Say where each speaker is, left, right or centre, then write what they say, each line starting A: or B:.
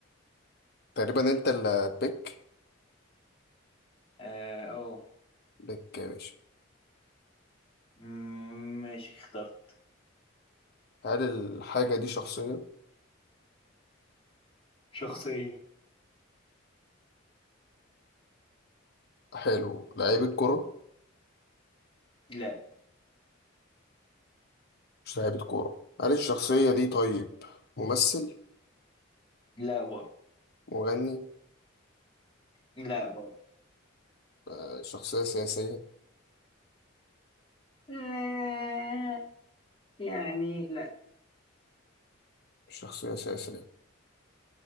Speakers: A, on the left; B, on the left.
A: تقريبا أنت اللي بيك
B: اه أوه.
A: بيك يا باشا
B: مم، ماشي اخترت
A: هل الحاجة دي شخصية
B: شخصية
A: حلو لعيب الكرة
B: لا
A: مش لاعيبة كورة هل الشخصية دي طيب ممثل
B: لا برضه
A: مغني
B: لا برضه
A: آه، شخصية سياسية
B: آه، يعني لا
A: مش شخصية سياسية